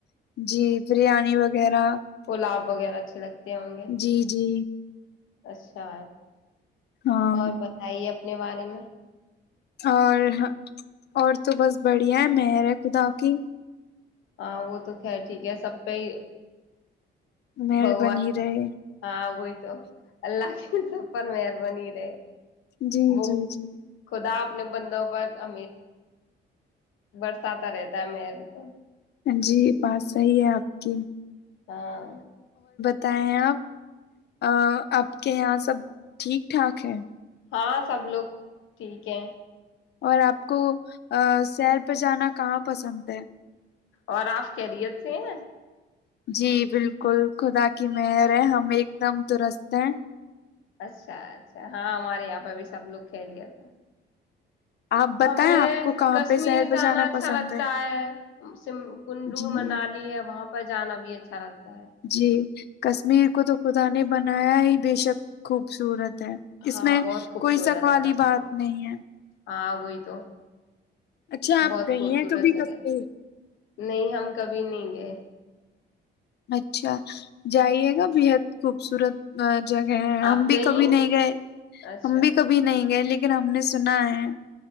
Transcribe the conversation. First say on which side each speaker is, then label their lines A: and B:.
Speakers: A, on the left; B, on the left.
A: جی بریانی وغیرہ
B: پلاو وغیرہ اچھے لگتے ہوں گے
A: جی جی
B: اچھا
A: ہاں
B: اور بتائیے اپنے بات م <unintelligible>
A: اور اور تو بس بڑھیا ہے مہر ہے خدا کی
B: ہاں وہ تو خیر ٹھیک ہے سب پہ ہی
A: مہر
B: بگوان
A: بنی رہے
B: ہاں وہی تو اللہ کی سب پر مہربانی رہے
A: جی
B: وہ
A: جی جی
B: خدا اپنے بندوں پر ا برساتات رہتا ہے تو
A: جی بات صحیح ہے آپ کی
B: ہاں
A: بتیں آپ آپ کے یہاں سب ٹھیک ٹھاک ہے
B: ہاں سب لوگ ٹھیک ہے
A: اور آپ کو سیر پہ جانا کہاں پسند ہے
B: اور آپ خیریت سے ہیں
A: جی بالکل خدا کی مر ہے ہم ایک دم درست ہیں
B: اچھا اچھا ہاں ہمارے یہاں پہ سب لوگ کہہ رہ جتے ہیں
A: آپ بتائیں
B: ہمیں
A: آپ کو کہاں
B: کشمیر
A: پہ سیر پہ
B: جانا اچھا
A: پسند
B: لگتا
A: ہے
B: ہے کلو
A: جی
B: منالی ہے وہاں پ جانا بھی اچھا لگتا ہے
A: جی کشمیر کو تو خدا نے بنایا ہی بے شک خوبصورت اس
B: ہاں
A: میں
B: بہت خوبصورت
A: کوئی شک والی
B: ہے کشمیر
A: بات نہیں ہے
B: ہاں وہئی تو
A: اچھا آپ
B: بہت
A: گئی
B: خوبصورت
A: ہیں کبھی
B: جگہ
A: کشمیر
B: نہیں ہم کبھی نہیں گئے
A: اچھا جائیے گا بحد خوبصورت جگہ ہیں ہم
B: آپ
A: بھی
B: گئی
A: کبھی
B: ہیں
A: نہیں گئے
B: اچھا
A: ہم بھی کبھی نہیں گئے لیکن لیکن ہم نے سنا ہے